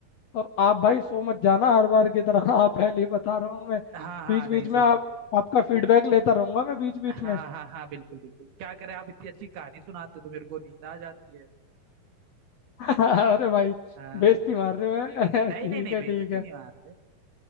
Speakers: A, on the left; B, on the right.
A: और आप भाई सो मत जाना हर बार की तरह <laughs> हाँ पहले ही बता रहा हूँ मैं
B: हाँ
A: बीच
B: हाँ
A: बीच
B: नहीं सोऊंगा
A: में आप आपका फीडबैक लेता रहूंगा मैं बीच बीच
B: हाँ
A: में
B: हाँ हाँ बिल्कुल बिल्कुल क्या करें आप इतनी अच्छी कहानी सुनाते हो तो मेरे को नींद आ जाती है
A: <laughs> अरे भाई
B: हाँ
A: बेइज्जती मार रहे हो हैं?
B: नहीं
A: <laughs> ठीक
B: नहीं नहीं
A: है
B: बेइज्जती
A: ठीक है
B: नहीं मार रहे